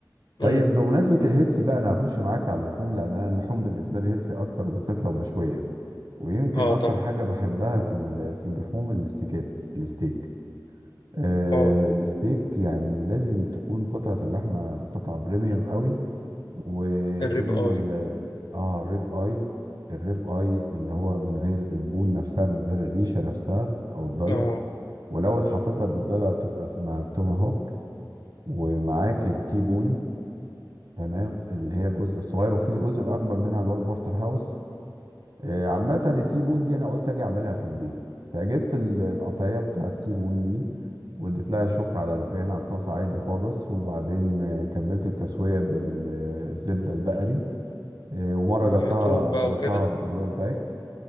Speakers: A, on the left; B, on the right.
A: امم
B: طيب بمناسبه الهيلسي بقى انا هخش معاك على اللحوم لان انا اللحوم بالنسبه لي هيلسي اكتر وبالذات لو مشويه ويمكن
A: اه
B: اكتر
A: طبعا
B: حاجه بحبها في ال- في اللحوم الاستيكات الستيك آه
A: اه
B: الستيك يعني لازم تكون قطعه اللحمه قطعه بريميوم قوي وفي
A: الريب
B: منه
A: اي
B: ال اه الريب اي الريب اي اللي هو من غير البون نفسها من غير الريشه نفسها او الضلع
A: اه
B: ولو اتحطت لك بالضلع بتبقى اسمها توماهوك ومعاك التي بون تمام اللي هي الجزء الصغير وفي الجزء الاكبر منها اللي هو البورتر هاوس آه، عامه التي بون دي انا قلت اجي اعملها في البيت فجبت ال- القطعيه بتاع التي بون دي واديت لها شوك على البان على الطاسه عادي خالص وبعدين آه، كملت التسويه بالزبده البقري إيه، ومره
A: وتوم
B: جربتها
A: بقى
B: جربتها
A: وكده
B: بلور باك